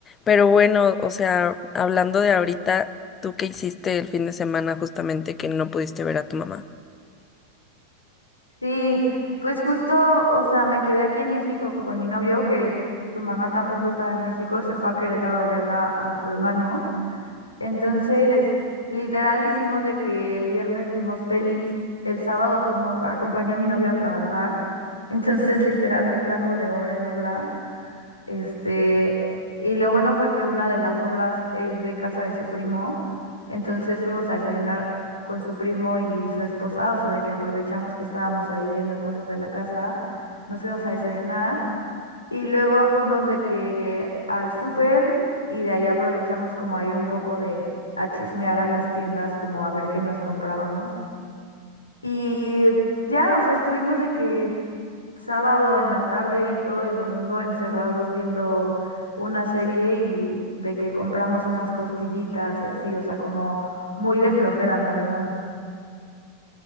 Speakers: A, on the left; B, on the left.
A: Pero bueno, o sea, hablando de ahorita, ¿tú qué hiciste el fin de semana justamente que no pudiste ver a tu mamá?
B: Sí, pues justo, o sea, me quedé aquí en México con mi novio, que su mamá tampoco estaba en México, se fue a Querétaro a ver a, a su hermano. Entonces, literal hicimos de que el viernes vimos pelis, el sábado fuimos, acompañé a mi novio a trabajar. Entonces, <laughs> literal me trajo de obra en obra. Este, y lo bueno fue que una de las obras es de casa de su primo, entonces fuimos a desayunar con su primo y su esposa, o sea, de que aprovechamos que estábamos ahí viendo cosas de la casa, nos fuimos a desayunar y luego fuimos de que al súper y de ahí aprovechamos como a ir un poco de a chismear a las tiendas, como a ver qué nos comprábamos. Y ya, o sea, estuvimos de que sábado en la tarde y todo el domingo encerrados viendo una serie y de que compramos unas costillitas y así, o sea, como muy de flojera, la verdad.